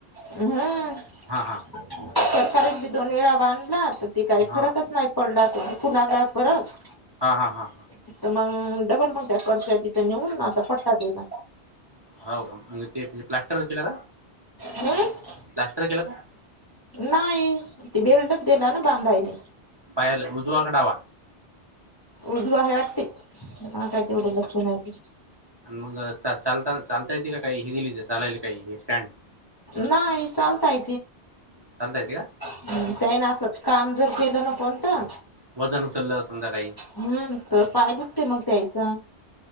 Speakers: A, on the left; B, on the right.
A: हम्म,
B: हां हां
A: <unintelligible> एकदी दोन वेळा बांधला तर त काही
B: हां
A: फरकच नाही. पडला तुला काय फरक?
B: हा हा हा.
A: तर मग डबल मग त्या कर्श तिथ नेऊन आता पट्टा देला.
B: हो का, म्ह तेे प्लास्टर वर केला का?
A: हम्म
B: प्लास्टर केला का?
A: नाही, ते बेल्टच दिला ना बांधायले.
B: पायाला, उजवा का डावा?
A: उजवा आहे वाटतं, काय तेवढे लक्ष नाही आहे.
B: आणि मग चालता चालता येते काही हे चालाल काही हे स्टँड,
A: नाही चालताय
B: चालता येत का?
A: हम, त्याना असं काम जर केलं न कोण तर
B: वजन उचललं समजा काही
A: हम्म, तर पाय दुखतय मग त्यायचा.